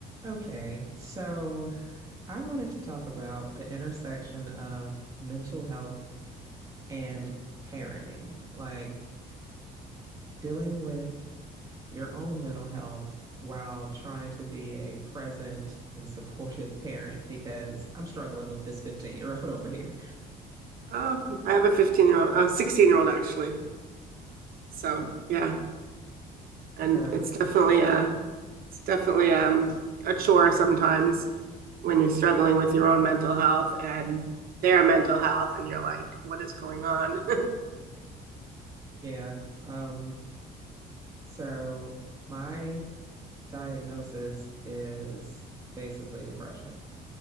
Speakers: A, on the right; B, on the right.
A: Okay, so I wanted to talk about the intersection of mental health and parenting, like dealing with your own mental health while trying to be a present and supportive <laughs> parent because I'm struggling with this 15 year old <laughs> over here.
B: Oh, I have a 15 year old, a 16 year old actually. So
A: <sighs> Oof.
B: yeah, and
A: So,
B: it's definitely a, it's definitely um a chore sometimes when you're struggling with your own mental health and their mental health, and you're like, what is going on? <laughs>
A: yeah, um, So my diagnosis is basically depression